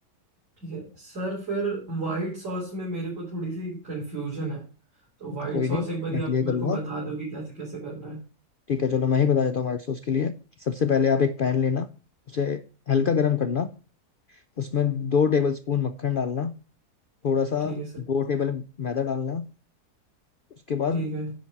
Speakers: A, on the right; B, on the left.
A: ठीक है सर फिर वाइट सॉस में मेरे को थोड़ी सी कंफ्यूजन है तो वाइट
B: है कोई
A: सॉस
B: नहीं
A: एक बारी
B: मैं क्लियर
A: आप मेरे
B: करूंगा
A: को बता दो कि कैसे कैसे करना है
B: ठीक है चलो मैं ही बता देता हूँ व्हाइट सॉस के लिए सबसे पहले आप एक पैन लेना उसे हल्का गर्म करना उसमें दो टेबल स्पून मक्खन डालना थोड़ा सा
A: ठीक है सर
B: दो टेबल मैदा डालना उसके बाद
A: ठीक है